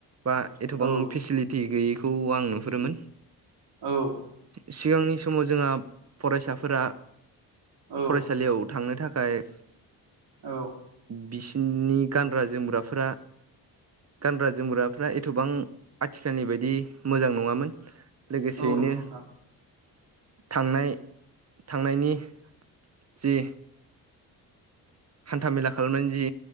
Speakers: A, on the right; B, on the right.
A: बा एथबां
B: औ
A: फेसिलिटि गैयैखौ आं नुहुरोमोन।
B: औ।
A: सिगांनि समाव जोंहा फरायसाफोरा
B: औ
A: फरायसालियाव थांनो थाखाय फाय
B: औ
A: बिसोरनि गानग्रा जोमग्राफोरा गानग्रा जोमग्राफ्रा एथ'बां आथिखालनि बायदि मोजां नङामोन लोगोसेयैनो
B: औ नंगौ नोंथां
A: थांनाय थांनायनि जि हान्थाामेला खालामनायनि जि